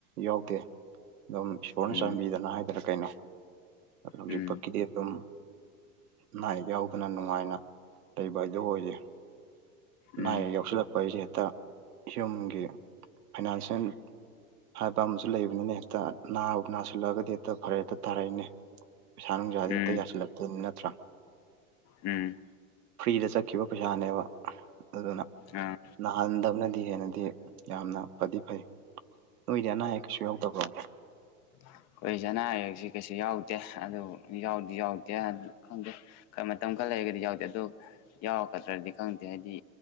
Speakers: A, on the right; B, on the left.
A: ꯌꯥꯎꯗꯦ ꯑꯗꯨꯝ ꯏꯁꯣꯔꯅ
B: ꯎꯝ
A: ꯆꯥꯟꯕꯤꯗꯅ ꯍꯥꯏꯗꯅ ꯀꯩꯅꯣ ꯍꯧꯖꯤꯛꯐꯀꯤꯗꯤ
B: ꯎꯝ
A: ꯑꯗꯨꯝ ꯅꯥꯏꯌꯦꯛ ꯌꯥꯎꯗꯅ ꯅꯨꯡꯉꯥꯏꯅ ꯂꯩꯕ ꯍꯥꯏꯗꯣ ꯑꯣꯏꯔꯤ ꯑꯅꯥ
B: ꯎꯝ
A: ꯑꯌꯦꯛ ꯌꯥꯎꯁꯤꯜꯂꯛꯄ ꯍꯥꯏꯖꯦ ꯍꯦꯛꯇꯥ ꯌꯨꯝꯒꯤ ꯐꯥꯏꯅꯥꯟꯁꯤꯌꯦꯜ ꯍꯥꯏꯕ ꯑꯃꯁꯨ ꯂꯩꯕꯅꯤꯅ ꯍꯦꯛꯇꯥ ꯅꯥꯕꯨ ꯅꯥꯁꯤꯜꯂꯛꯑꯒꯗꯤ ꯍꯦꯛꯇꯥ ꯐꯔꯛ ꯍꯦꯛꯇꯥ ꯇꯥꯔꯛꯏꯅꯦ ꯄꯩꯁꯥ ꯅꯨꯡꯖꯥꯖꯦ
B: ꯎꯝ
A: ꯍꯦꯛꯇꯥ ꯌꯥꯁꯤꯜꯂꯛꯇꯕꯅꯤ ꯅꯠꯇ꯭ꯔꯥ
B: ꯎꯝ
A: ꯐ꯭ꯔꯤꯗ ꯆꯠꯈꯤꯕ ꯄꯩꯁꯥꯅꯦꯕ ꯑꯗꯨꯅ
B: ꯑꯥ
A: ꯅꯥꯍꯟꯗꯕꯅ ꯗꯤ ꯍꯦꯟꯅꯗꯤ ꯌꯥꯝꯅ ꯐꯗꯤ ꯐꯩ ꯅꯣꯏꯗꯤ ꯑꯅꯥ ꯑꯌꯦꯛ ꯀꯩꯁꯨ ꯌꯥꯎꯗꯕ꯭ꯔꯣ
B: ꯑꯩꯈꯣꯏꯖꯨ ꯑꯅꯥ ꯑꯌꯦꯛꯁꯤ ꯀꯩꯁꯨ ꯌꯥꯎꯗꯦ ꯑꯗꯨꯕꯨ ꯌꯥꯎꯗꯤ ꯌꯥꯎꯗꯦ ꯈꯪꯗꯦ ꯈꯔ ꯃꯇꯝ ꯈꯔ ꯂꯩꯔꯒꯗꯤ ꯌꯥꯎꯗꯦ ꯑꯗꯣ ꯌꯥꯎꯔꯛꯀꯗ꯭ꯔꯥꯗꯤ ꯈꯪꯗꯦ ꯍꯥꯏꯗꯤ